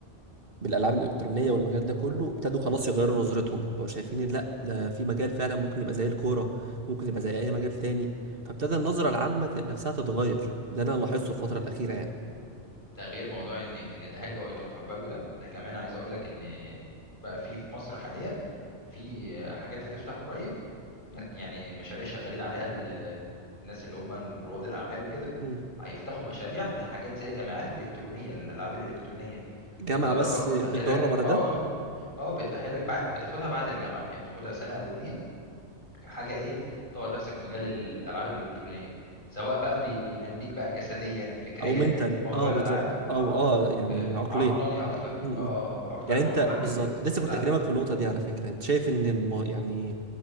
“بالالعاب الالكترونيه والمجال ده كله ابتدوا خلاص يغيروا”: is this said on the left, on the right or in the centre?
Right